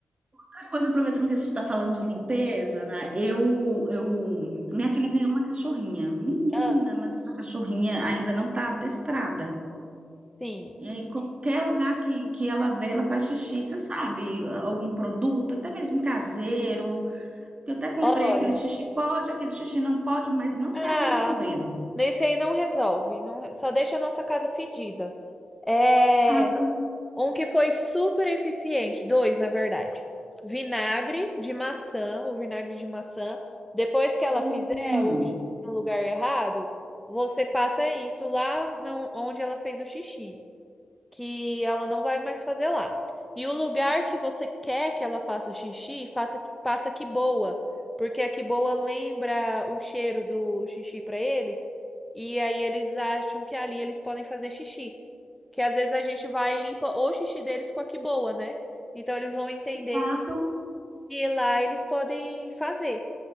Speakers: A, on the right; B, in the centre.
A: outra coisa, aproveitando que a gente está falando de limpeza, né? Eu, eu, minha filha ganhou uma cachorrinha, menina,
B: Ah,
A: mas essa cachorrinha ainda não está adestrada.
B: Sim.
A: E aí, qualquer lugar que, que ela vê, ela faz xixi, você sabe, algum produto, até mesmo caseiro, que eu até comprei
B: Olha.
A: aquele xixi pode, aquele xixi não pode, mas não
B: Ah,
A: está resolvendo.
B: nesse aí não resolve. Não... Só deixa a nossa casa fedida. É.
A: Exato.
B: Um que foi super eficiente, dois, na verdade. Vinagre de maçã, o vinagre de maçã. Depois que ela
A: Hum,
B: fizer o xixi no lugar errado, você passa isso lá na- onde ela fez o xixi, que ela não vai mais fazer lá. E o lugar que você quer que ela faça xixi, faça, passa que boa, porque a que boa lembra o cheiro do xixi para eles, e aí eles acham que ali eles podem fazer xixi que às vezes a gente vai e limpa o xixi deles com a que boa, né? Então eles vão entender
A: exato.
B: que, que lá eles podem fazer.